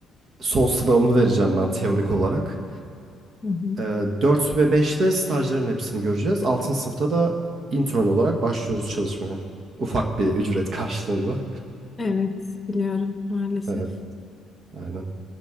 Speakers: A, on the right; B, on the left.
A: son sınavımı vereceğim ben teorik olarak.
B: Hı hı.
A: E, 4 ve beşte stajların hepsini göreceğiz. altıncı sınıfta da intern olarak başlıyoruz çalışmaya. Ufak bir ücret karşılığında.
B: Evet, biliyorum maalesef.
A: Evet, aynen.